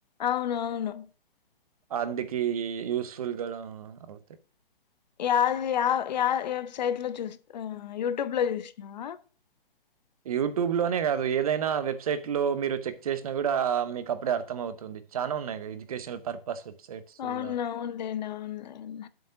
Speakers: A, on the left; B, on the right.
A: అవును అవును
B: అందుకి యూసుఫుల్ గడా అవుతాయి
A: యాది యా యా వెబ్సైట్లో చూ యూట్యూబ్లో చూసినవా
B: యూట్యూబ్లోనే కాదు ఏదైనా వెబ్సైట్లో మీరు చెక్ చేసినా కూడా మీకు అప్పుడే అర్థం అవుతుంది చానా ఉన్నాయిగా ఎడ్యుకేషన్ పర్ పస్ వెబ్సైట్స్
A: అవును
B: ఇలా
A: అవునులేండి అవునులేండి